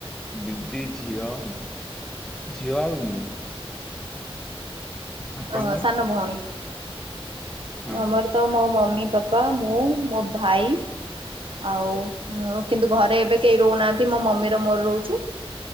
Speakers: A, in the centre; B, on the right (about 60°).
A: ଦିଦି ଝିଅ ଦ ଝିଅ ଆଉ ମୁଁ ଆପଣଙ୍କର?
B: ଆ ଓ ସାନୁ ବୁହଣ
A: ହଁ
B: ଆମର ତ ମୋ ମମି ପପା ମୁଁ ମୋ ଭାଇ ଆଉ କିନ୍ତୁ ଘରେ ଏବେ କେହି ରହୁନାହାନ୍ତି ମୋ ମମିର ମୋର ରହୁଛୁ